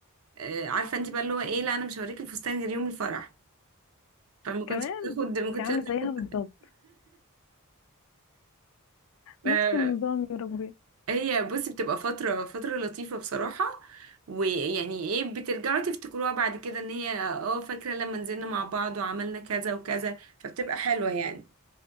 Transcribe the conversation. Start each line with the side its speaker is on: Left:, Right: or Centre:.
Right: آه، عارفه انت بقى اللي هو ايه لا انا مش هوريك الفستان غير يوم الفرح فما كنتش
Left: كمان
Right: باخد ما
Left: انت
Right: كنتش
Left: عامله
Right: باخد
Left: زيها بالظبط
Right: آه،
Left: نفس النظام يا ربي
Right: هي بصي بتبقى فتره فتره لطيفه بصراحه ويعني ايه بترجعوا تفتكروها بعد كده ان هي اه فاكره لما نزلنا مع بعض وعملنا كذا وكذا فبتبقى حلوه يعني